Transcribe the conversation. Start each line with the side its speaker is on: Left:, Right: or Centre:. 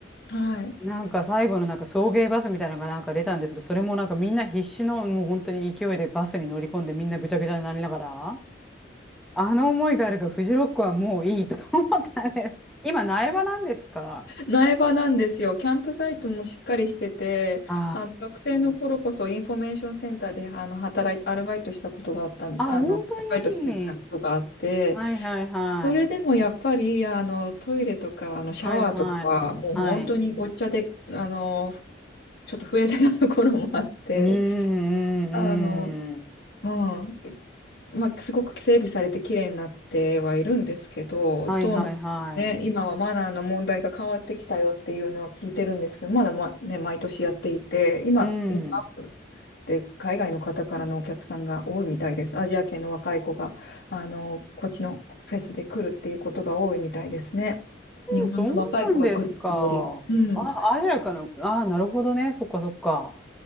Left: はい。
Centre: なんか最後のなんか送迎バスみたいなのがなんか出たんですけど、それもなんかみんな必死のもう本当に勢いでバスに乗り込んでみんなぐちゃぐちゃになりながら、あの思いがあるからフジロックはもういいとか思ったんです。今苗場なんですか
Left: 苗場なんですよ。キャンプサイトもしっかりしてて、
Centre: あ
Left: あの学生の頃こそインフォメーションセンターであの働いて、アルバイトしたことがあったん、
Centre: あー、あ、
Left: あの、
Centre: 本当に。
Left: アルバイトしてたことがあって、
Centre: はいはいはい。
Left: それでもやっぱりあのトイレとかあのシャワーとかはもう本当にごっちゃであの
Centre: はいはい。はい。
Left: ちょっと不衛生なところもあって
Centre: うーんうんうん。
Left: あの、うんまあ、すごく整備されて綺麗になってはいるんですけどどうなんね、
Centre: はいはいはい。
Left: 今はマナーの問題が変わってきたよっていうのは聞いてるんですけどまだ、ま、ね、毎年やっていて今、
Centre: うん。
Left: 今で、海外の方からのお客さんが多いみたいです。アジア系の若い子が、あの、こっちのフェスで来るっていうことが多いみたいですね。日本の若い子が来るっていうよりうん。
Centre: そうなんですか。あ、アジアかの、ああ、なるほどね。そっかそっか。